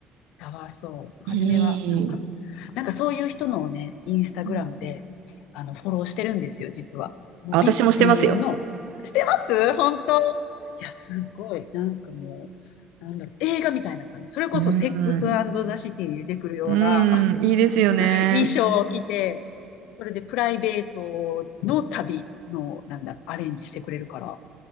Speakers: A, on the left; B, on the right.
A: やばそう。初めは、
B: いい。
A: なんか、なんかそういう人のをね、インスタグラムで、
B: うん
A: あの、フォローしてるんですよ、実は。もう
B: あ、私もしてますよ。
A: VIP 専用の、してます本当。いや、すごい。なんかもう、なんだろう、映画みたいな感じ。それこそ、
B: うん。
A: セックスザ・シティに出てくるような
B: うん、いいですよね。
A: <laughs> 衣装を着て、それでプライベートの旅の、なんだ、アレンジしてくれるから。